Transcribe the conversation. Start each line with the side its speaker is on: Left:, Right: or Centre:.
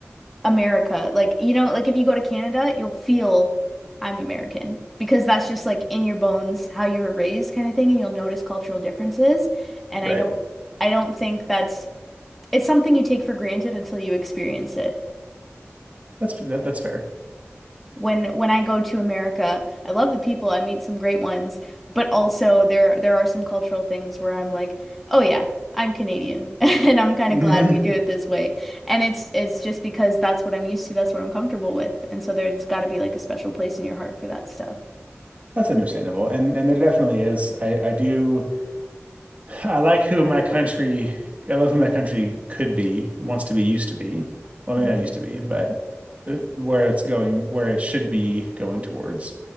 Centre: America. Like, you know, like if you go to Canada, you'll feel I'm American because that's just like in your bones how you were raised kind of thing, and you'll notice cultural differences. And
Right: right?
Centre: I don't I don't think that's it's something you take for granted until you experience it.
Right: That's that, that's fair.
Centre: when when I go to America. I love the people, I meet some great ones, but also there there are some cultural things where I'm like, "Oh yeah, I'm Canadian." <laughs> And I'm kind
Right: <laughs>
Centre: of glad we do it this way. And it's it's just because that's what I'm used to, that's what I'm comfortable with. And so there's got to be like a special place in your heart for that stuff.
Right: That's understandable. And and there definitely is. I I do I like who my country I love who my country could be, wants to be, used to be. Well, maybe
Centre: Mm,
Right: not used to be, but uh, where it's going, where it should be going towards.